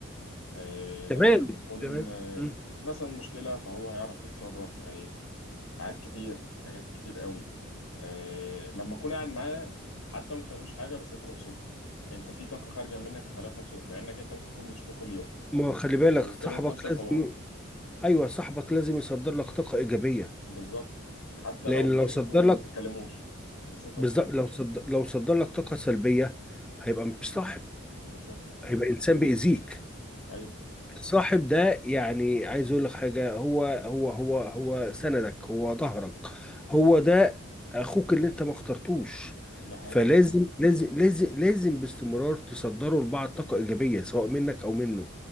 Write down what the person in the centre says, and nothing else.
تمام
تمام
مم.
ما خلي بالك
صاحبك
لازم ايوه صاحبك لازم يصدر لك طاقه ايجابيه
لان
لو
صدر لك
بالظبط
لو صدر لو صدر لك طاقه سلبيه هيبقى مش صاحب
هيبقى انسان بيأذيك
الصاحب ده يعني عايز اقول لك حاجه هو هو هو هو سندك هو ظهرك هو ده اخوك اللي انت ما اخترتوش
فلازم لازم لازم لازم باستمرار تصدروا لبعض طاقه ايجابيه سواء منك او منه